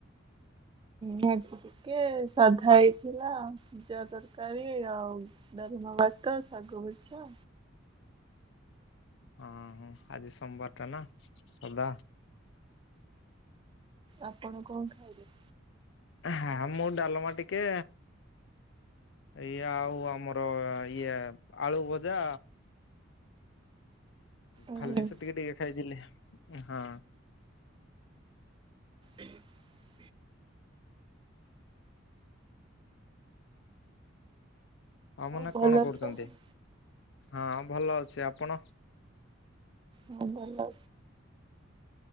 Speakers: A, on the right; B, on the left.
A: ଭେଣ୍ଡି ଟିକେ ସାଧା ହେଇଥିଲା ସିଜା ତରକାରୀ ଆଉ ଗରମ ଭାତ ଶାଗ ଭଜା।
B: ହଁ ହଁ ଆଜି ସୋମବାର ଟା ନା ସାଧା।
A: ଆପଣ କଣ ଖାଇଲେ?
B: ହଁ ମୁଁ ଡାଲମା ଟିକେ ଇଏ ଆଉ ଆମର ଇଏ ଆଳୁ ଭଜା
A: ଆଜ୍ଞା।
B: ଖାଲି ସେତିକି ଟିକେ ଖାଇଥିଲି ହଁ।
A: ୍ଞ <inaudible>
B: ଆଉ ମାନେ
A: ଭଲ
B: କଣ
A: ଅଛନ୍ତି?
B: କରୁଛନ୍ତି ହଁ ଭଲ ଅଛି ଆପଣ?
A: ହଁ ଭଲ।